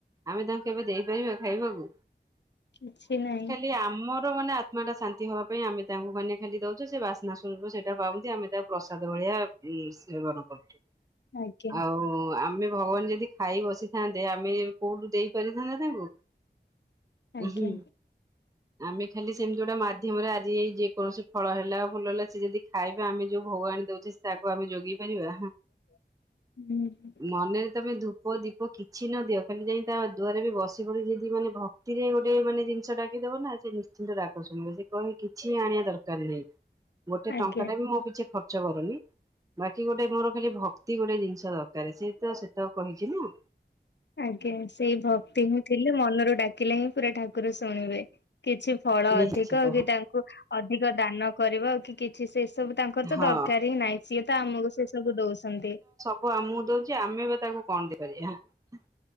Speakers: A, on the right; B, on the left.
A: ଆମେ ତାଙ୍କୁ କେବେ ଦେଇପାରିବା ଖାଇବାକୁ?
B: କିଛି ନାହିଁ।
A: କିଆମର ମାନେ ଆତ୍ମାଟା ଶାନ୍ତି ହବା ପାଇଁ ଆମେ ତାଙ୍କୁ ମାନେ ଖାଲି ଦଉଚୁ ସେବାସ୍ନା ସ୍ୱରୂୁ ସେଟା ପାଉନ୍ତି ଆମେ ତା ପ୍ରସାଦ ଭଳିଆ ସେବନ କରୁଚୁ
B: ଆଜ୍ଞା
A: ଆଉ ଆମେ ଭଗବାନ୍ ଯଦି ଯଦି ଖାଇ ବସିଥାନ୍ତେ ଆମେ କୋଉଠୁ ଦେଇ ପାରିଥାନ୍ତତା ତାଙ୍କୁ।
B: ଆଜ୍ଞା।
A: ହୁଁ ଆମେ ଖାଲି ସେମିତି ଗୋଟିଏମାଧ୍ୟମରେ ଆଜି ଏଇ ଯେକୌଣସି ଫଳ ହେଲା ଆ ଫୁଲ ହେଲା ସେଯଦି ଖାଇବେ ଆମେ ଯୋଉ ଭଗ ଆଣି ଦଉଚୁ ଯେତାକୁ ଆମେ ଯୋଗେଇ ପାରିବା
B: ହୁଁ
A: ମନରେ ତମେ ଧୂପ ଦୀପ କିଛି ନଦିଅ ଖାଲି ଯାଇ ତା ଦୁଆରେବି ବସି ପଡ଼ି ଯଦି ମାନେ ଭକ୍ତିରେ ଗୋଟା ମାନେ ଜିନିଷଟା ଡାକିଦବନା ସେ ନିଶ୍ଚିନ୍ତ ଡାକ ଶୁଣିବେ ସେକହିବେ କିଛି ଆଣିବା ଦରକାର କରିବେ ଗୋଟେ
B: ଆଜ୍ଞା
A: ଟଙ୍କାଟାବି ମୋପିଛେ ଖର୍ଚ୍ଚ ହବନି। ବାକି ଗୋଟେ ମୋର ଖାଲି ଭକ୍ତି ଗୋଟେ ଜିନିଷ ଦରକାରେ ସିଏତ ସେତକ କହିଚିନା।
B: ଆଜ୍ଞା ସେଇ ଭକ୍ତିହିଁ ଥିଲେ ମନରୁ ଡାକିଲେହିଁ ପୂରା ଠାକୁର ଶୁଣିବେ କିଛି ଫଳ
A: ନିଶ୍ଚିତ
B: ଅଧିକ କିତାଙ୍କୁ ଅଧିକ ଦାନ କରିବ କି-କି ଛି ସେସବୁ ତାଙ୍କରତ
A: ହଁ।
B: ଦରକାରହିଁ ନାହିଁ ସିଏତ ଆମକୁ ସେସବୁ ଦଉଚନ୍ତି।
A: ସେତ ଆମକୁ ଦଉଚି, ଆମେବା ତାକୁ କଣ ଦେଇପାରିବା।